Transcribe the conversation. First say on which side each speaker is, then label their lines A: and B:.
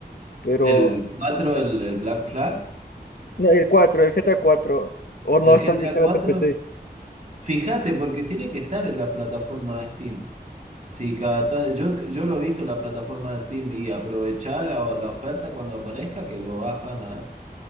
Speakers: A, on the left; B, on the right.
A: pero
B: El cuatro el, el Black Flag,
A: no, el cuatro el GTA 4 o no
B: el
A: está
B: G
A: directamente
B: T A cuatro
A: en PC.
B: Fíjate, porque tiene que estar en la plataforma de Steam. Si cada ta- yo, yo lo he visto en la plataforma de Steam y aprovechar la, la oferta cuando aparezca, que lo bajan a,